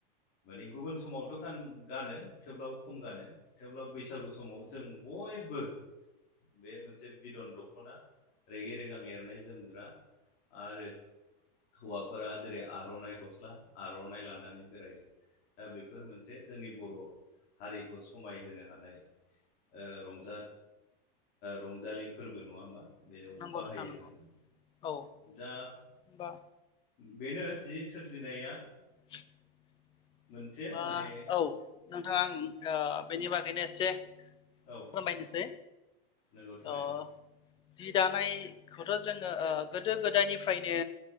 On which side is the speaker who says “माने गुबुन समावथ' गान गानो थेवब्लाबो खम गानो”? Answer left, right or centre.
Left